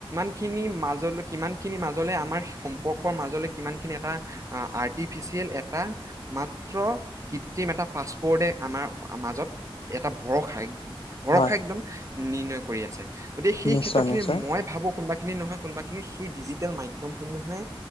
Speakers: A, on the right; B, on the left.
A: খিনিৰ মাজলৈ কিমান খিনি মাজত মাজলে আমাৰ সম্পৰ্কৰ মাজলৈ কিমানখিনি এটা আৰ্টিফিচিয়েল এটা মাত্ৰ কৃত্ৰিম এটা পাছপৰ্ডে আমাৰ মাজত এটা ভৰসা ভৰসা
B: হয়
A: একদম নিৰ্ণয় কৰি আছে। গতিকে সেই
B: নিশ্চয়
A: ক্ষেত্ৰ খিনি
B: নিশ্চয়
A: মই ভাবো কোনোবা খিনি নয় কোনোবািনি সেই ডিজট টেল মাধ্যম সমূহে,